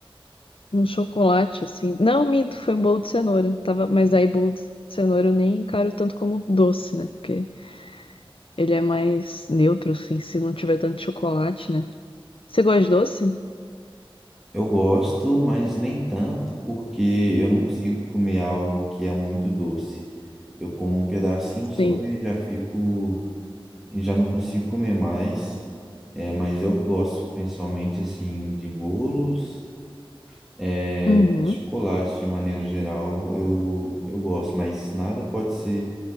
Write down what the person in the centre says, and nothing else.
Eu gosto, mas nem tanto, porque eu não consigo comer algo que é muito doce. Eu como um pedacinho
só e já fico e já não consigo comer mais. É, mas eu gosto principalmente assim de bolos, é,
chocolate de maneira geral, eu, eu gosto, mas nada pode ser